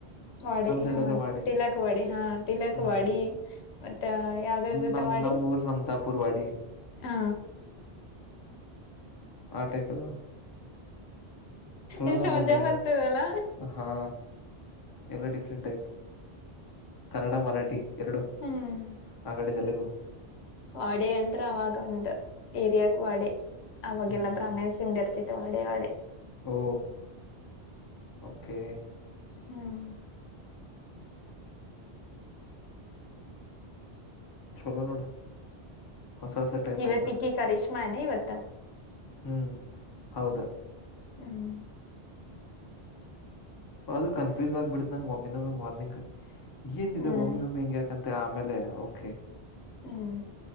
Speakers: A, on the left; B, on the left.
A: ವಡಿ
B: ನಮ್ ಸೈಡ್
A: ಹಾ
B: ಎಲ್ಲ ವಾಡಿ
A: ತಿಲಕವಾಡಿ ಹಾ ತಿಲಕವಾಡಿ
B: ಹ್ಮ್
A: ಮತ್ತ ಯಾವ್ದತೆ
B: ನಮ್
A: ಮಾಡಡಿ
B: ನಮ್ ಊರ್ ನಮ್ ತಾಪೂರ್ ವಾಡಿ
A: ಹಾ
B: ಆ ಟೈಪದಾವ ಚೊಲೋ
A: ಎಷ್ಟು
B: ತ
A: ಮಜಾ
B: ನೇಮ
A: ಬರ್ತದಲ್ಲ
B: ಹಾ ಎಲ್ಲ ಡಿಫ್ರೆಂಟ್ ಟೈಪ್ ಕನ್ನಡ ಮರಾಠಿ ಎರಡು
A: ಹ್ಮ್
B: ಆ ಕಡೆ ತೆಲುಗು
A: ವಾಡೆ ಅಂದ್ರ ಅವಾಗ ಒಂದ್ ಏರಿಯಾಕ್ ವಾಡೆ ಅವಾಗೆಲ್ಲಾ
B: ಹ್ಮ್.
A: ಬ್ರಾಹೀಣ್ಸ್ಿಂದ ಇರ್ತೈತೆ ವಾಡ ವಾ
B: ಓ ಓಕೆ
A: ಹ್ಮ್
B: ಚಲೋ ನೋಡ ಹೊಸ ಹೊಸ ಟೈಪ್
A: ಇವತ್ತ
B: ಎಲ್ಲ
A: ಈಕ್ಕಿ ಕಶ್ಮಾನೆ ಇವತ್ತ
B: ಹ್ಮ್ ಹೌದಾ
A: ಹ್ಮ್
B: ಅದು ಕನ್ಫ್ಯೂಸ್ ಆಗ್ಬಿಡತ ನಂಗೆ ಒಮ್ಮಿಿನೊಮ್ಮೆ ಮಾರ್ನಿಂಗ್ ಏನಿದೆ
A: ಹ್ಮ್
B: ಒಮ್ಮಿನೊಮ್ಮೆ ಹಿಂಗಗೆ ಂತ ಆಮೇಲೆ ಕೆ
A: ಹ್ಮ್